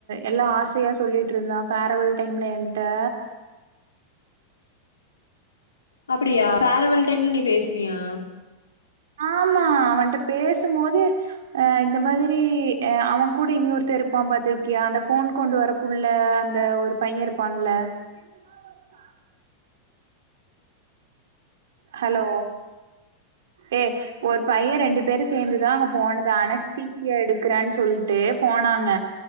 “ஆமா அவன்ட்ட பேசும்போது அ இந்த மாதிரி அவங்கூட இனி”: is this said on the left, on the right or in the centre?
Right